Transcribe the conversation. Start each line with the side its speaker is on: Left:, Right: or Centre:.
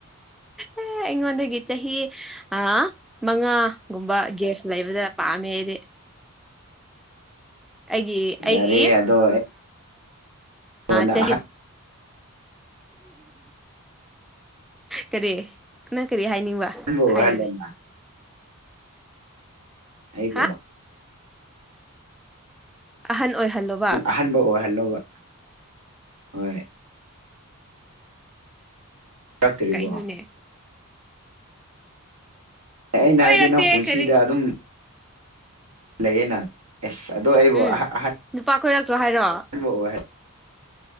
Centre: ꯑꯦ ꯑꯩꯉꯣꯟꯗꯒꯤ ꯆꯍꯤ ꯑ ꯃꯉꯥꯒꯨꯝꯕ ꯒꯦꯁ ꯂꯩꯕꯗ ꯄꯥꯝꯃꯦ ꯑꯩꯗꯤ ꯑꯩꯒꯤ
Right: ꯌꯥꯔꯦ
Centre: ꯑꯩꯒꯤ
Right: ꯑꯗꯣ ꯑꯩꯉꯣꯟꯗ
Centre: ꯆꯍꯤ ꯀꯔꯤ ꯅꯪ ꯀꯔꯤ ꯍꯥꯏꯅꯤꯡꯕ
Right: ꯍꯣ
Centre: ꯍꯥꯏꯔꯣꯅꯦ
Right: ꯍꯜꯂꯣꯂ ꯑꯩꯕꯣ
Centre: ꯍꯥ ꯑꯍꯟ ꯑꯣꯏꯍꯜꯂꯣꯕ
Right: ꯑꯍꯟꯕ ꯑꯣꯏꯍꯜꯂꯧꯕ ꯍꯣꯏ ꯆꯥꯛꯇ꯭ꯔꯤꯕꯣ
Centre: ꯀꯩꯅꯣꯅꯦ
Right: ꯑꯦ ꯑꯩꯅ
Centre: ꯀꯣꯏꯔꯛꯇꯦ
Right: ꯍꯥꯏꯕꯗꯤ ꯅꯪ ꯄꯨꯟꯁꯤꯗ
Centre: ꯀꯔꯤ
Right: ꯑꯗꯨꯝ ꯂꯩꯌꯦ ꯅꯪ ꯑꯦꯁ ꯑꯗꯣ ꯑꯩꯕꯨ
Centre: ꯎꯝ
Right: ꯑꯍ
Centre: ꯅꯨꯄꯥ ꯈꯣꯏꯔꯛꯇꯣ ꯍꯥꯏꯔꯣ
Right: <unintelligible>